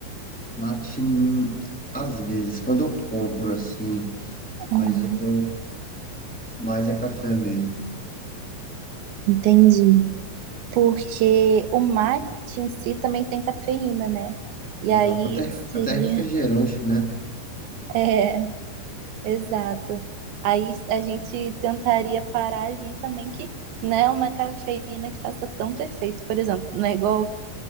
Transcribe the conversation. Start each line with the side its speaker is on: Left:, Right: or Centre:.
Centre: Mate, hum, às vezes, quando eu compro assim,
Right: Ah,
Centre: mas eu mais é café mesmo.
Right: entendi. porque o mate em si também tem cafeína, né? E
Centre: Exato.
Right: aí
Centre: Até,
Right: seria,
Centre: até refrigerante, né?
Right: <laughs> é, exato. Aí a gente tentaria parar ali também que não é uma cafeína que faça tanto efeito, por exemplo, não é igual